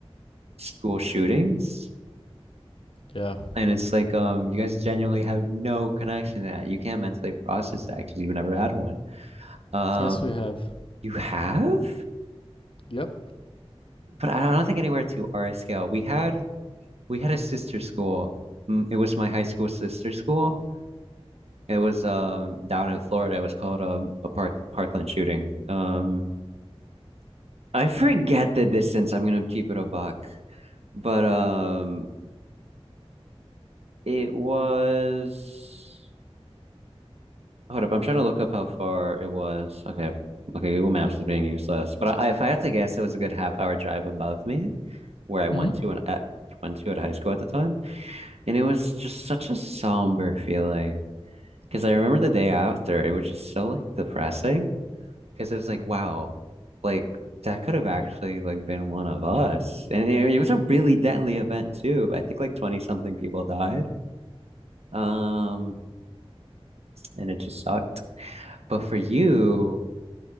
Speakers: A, on the right; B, on the left.
A: school shootings
B: Yeah.
A: and it's like um you guys genuinely have no connection to that. You can't mentally process that because you've never had one. Um
B: Yes, we have.
A: you have?
B: Yep.
A: But I don't think anywhere to our scale. We had we had a sister school. Mm, It was my high school sister school. It was um down in Florida. It was called um, a park Parkland shooting. Um I forget the distance. I'm gonna keep it a buck. But um it was hold up, I'm trying to look up how far it was. Okay. Okay, Google Maps is being useless. But I, if I had to guess, it was a good half hour drive above me where I went
B: hmm
A: to an, at went to at high school at the time. And it was just such a somber feeling. Because I remember the day after, it was just so like depressing. because it was like, wow, like that could have actually like been one of us. And it, it was a really deadly event too. I think like 20 something people died. Um, and it just sucked. But for you,